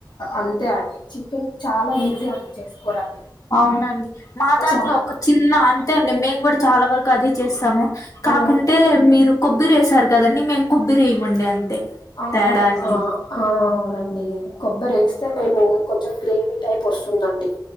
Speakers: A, on the left; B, on the left.
A: అంతే అండి చికెన్ చాలా ఈజీ అండి చేసుకోవడానికి
B: అవునండి మా దాంట్లో
A: చా
B: ఒక చిన్న అంతే అండి మేము కూడా చాలా వరకు అదే చేస్తాము కాకుంటే
A: ఆ,
B: మీరు కొబ్బరి వేసారు కదండి మేము కొబ్బరి వెయ్యమండి అంతే
A: ఆహా
B: తేడా అండి
A: ఆ ఆ అవునండి కొబ్బరి వేస్తే మేము కొంచెం గ్రేవీ టైప్ వస్తుందండి